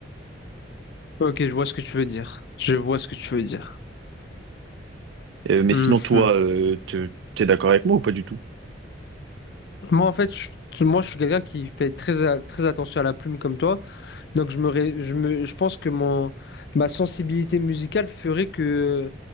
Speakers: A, on the left; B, on the right.
A: Ok, je vois ce que tu veux dire. Je vois ce que tu veux dire.
B: Euh, mais
A: Mhm.
B: sinon, toi, euh, te- t'es d'accord avec moi ou pas du tout?
A: Moi, en fait, je, moi, je suis quelqu'un qui fait très, a- très attention à la plume comme toi. Donc je me, ré- je me, je pense que mon, ma sensibilité musicale ferait que